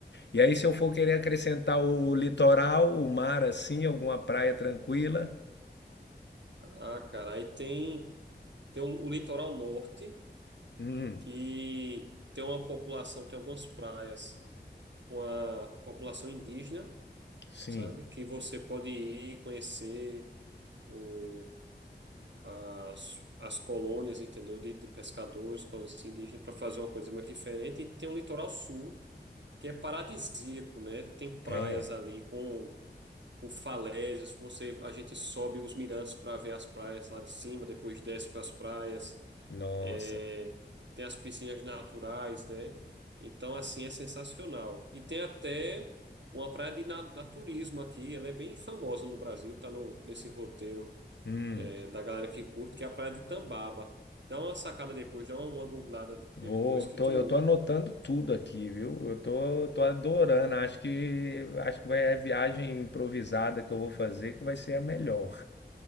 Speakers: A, on the left (about 80°); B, on the right (about 85°).
A: E aí, se eu for querer acrescentar
B: Ah, cara,
A: o litoral, o mar assim, alguma praia tranquila,
B: Ah, cara, aí tem, tem o, o litoral norte,
A: hum,
B: que tem uma população, tem algumas praias com a população indígena,
A: sim,
B: sabe? Que você pode ir conhecer. o as, as colônias, entendeu? De, de pescadores, colônias indígenas, para fazer uma coisa mais diferente. E tem um litoral sul, que é paradisíaco, né? Tem praias
A: é,
B: ali com, com falésias. Você, a gente sobe os mirantes para ver as praias lá de cima, depois desce para as praias.
A: nossa,
B: É, tem as piscinas naturais, né? Então, assim, é sensacional. E tem até. Uma praia de na- naturismo aqui, ela é bem famosa no Brasil, tá no, nesse roteiro
A: hum,
B: é, da galera que curte, que é a Praia de Tambaba. Dá uma sacada depois, dá uma, uma googlada
A: vou,
B: depois que
A: tô,
B: tu.
A: eu tô anotando tudo aqui, viu? Eu tô, tô adorando, acho que, acho que vai é a viagem improvisada que eu vou fazer que vai ser a melhor.